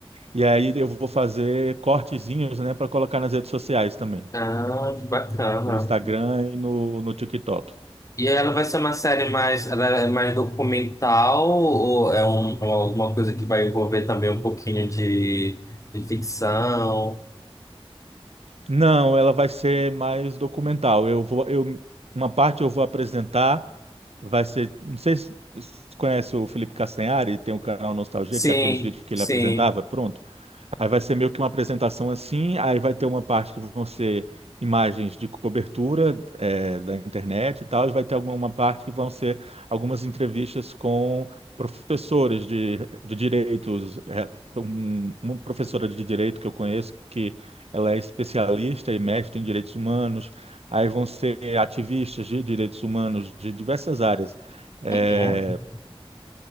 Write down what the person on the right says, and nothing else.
E aí eu vou fazer cortezinhos, né, para colocar nas redes sociais também,
no Instagram e no, no TikTok.
Não, ela vai ser mais documental. Eu vou, eu, uma parte eu vou apresentar, vai ser, não sei se você conhece o Felipe Castanhari, tem o canal Nostalgia,
que é aqueles vídeos que
ele apresentava, pronto. Aí vai ser meio que uma apresentação assim, aí vai ter uma parte que vão ser imagens de cobertura é, da internet e tal, e vai ter alguma uma parte que vão ser algumas entrevistas com professores de, de direitos. É, um- uma professora de direito que eu conheço, que ela é especialista e mestre em direitos humanos, aí vão ser ativistas de direitos humanos de diversas áreas. eh,